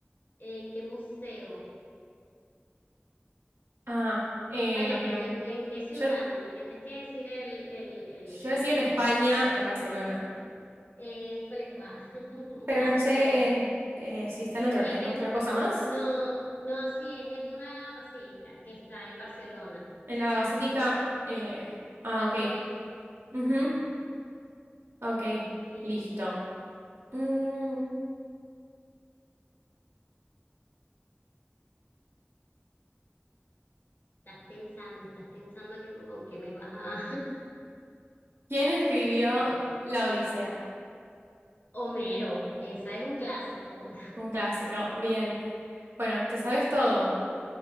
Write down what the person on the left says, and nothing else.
¿En qué museo?
Bueno, ¿en, en qué ciudad?
No me tienes que decir el, el, el, el-
la cuestión.
Eh, Colecua. <laughs>
Así
es.
Es
en-
no, no, sí, es en una basílica que está en Barcelona.
Católica.
<laughs>
Sí,
estás pensando, estás pensando que, con qué me vas a...
<laughs>
Homero, esa es un clásico.